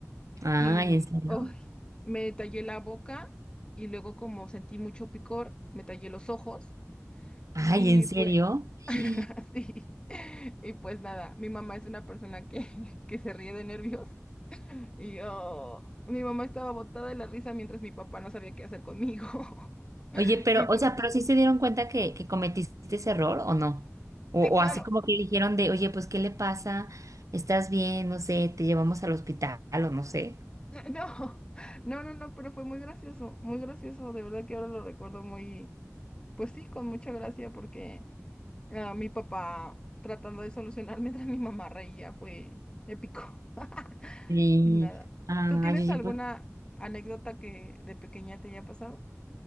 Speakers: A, on the right; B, on the left.
A: Ay,
B: Y
A: ¿en serio?
B: ¡ay! me tallé la boca y luego como sentí mucho picor, me tallé los ojos
A: Ay,
B: y
A: ¿en serio?
B: fue
A: Sí.
B: <laughs> así. Y pues nada, mi mamá es una persona que, <laughs> que se ríe de nervios y yo, mi mamá estaba botada de la risa mientras mi papá no sabía qué hacer conmigo. <laughs>
A: Oye, pero,
B: Y
A: o
B: yo,
A: sea, pero sí se dieron cuenta que, que cometiste ese error o no? O,
B: sí,
A: o
B: claro.
A: así como que dijeron de, oye, pues, ¿qué le pasa? ¿Estás bien? No sé, te llevamos al hospital o no sé.
B: <laughs> No, no, no, no, pero fue muy gracioso, muy gracioso. De verdad que ahora lo recuerdo muy, pues sí, con mucha gracia porque ah, mi papá tratando de solucionar <laughs> mientras mi mamá reía fue épico. <laughs>
A: Sí.
B: Y nada.
A: Ay,
B: ¿Tú tienes
A: oye,
B: alguna
A: pues,
B: anécdota que de pequeña te haya pasado?